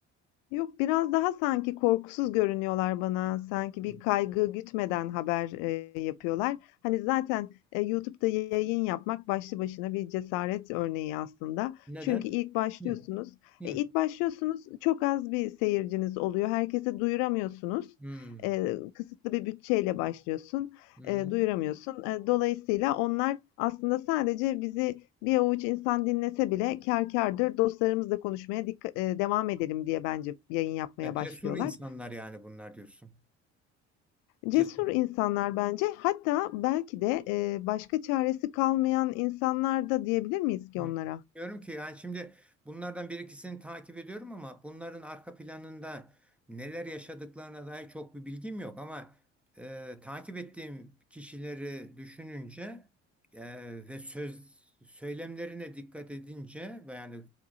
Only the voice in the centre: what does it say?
Hı.
Neden?
Hı. Hı.
Hı.
Hı.
Ya cesur
insanlar yani bunlar diyorsun.
Cesur.
Hı.
Diyorum ki yani şimdi bunlardan bir ikisini takip ediyorum ama bunların arka planında neler yaşadıklarına dair çok bir bilgim yok ama e, takip ettiğim kişileri düşününce e, ve söz söylemlerine dikkat edince ve yani